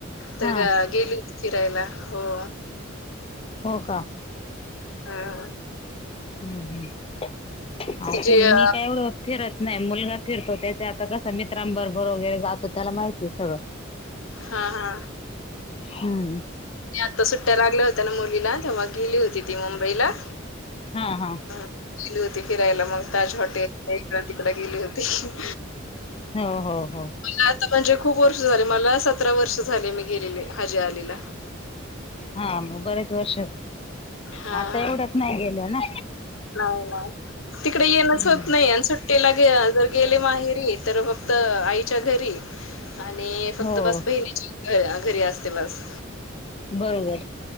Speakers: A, on the left; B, on the left.
A: तर
B: हा
A: गेली फिरायला हो.
B: हो का.
A: हम्म.
B: हम्म हम्म
A: तिची
B: असेल
A: अ,
B: मी काय एवढं फिरत नाही मुलगा फिरतो त्याचे आता कसा मित्रांबरोबर वगैरे जातो त्याला माहित य सगळं.
A: हा हा.
B: हम्म
A: ती आता सुट्ट्या लागल्या होत्या ना मुलीला तेव्हा गेली होती ती मुंबईला.
B: हा हा.
A: गेली होती फिरायला मग ताज हॉटेल इकड तिकड गेली होती.
B: हो हो हो.
A: मला आता म्हणजे खूप वर्ष झाले मला सतरा वर्ष झाले मी गेलेले हजे आलेला.
B: हा मग बरेच वर्ष,
A: हा
B: आता
A: हा
B: एवढ्यात नाही गेल्या ना?
A: नाही नाही तिकड येनच
B: हम्म
A: होत नाही आणि सु ट्टीला जर गेले माहेरी तर फक्त आईच्या घरी आणि फक्त
B: हो
A: बस बहिणीच्या घ घरी असते बस.
B: बरोबर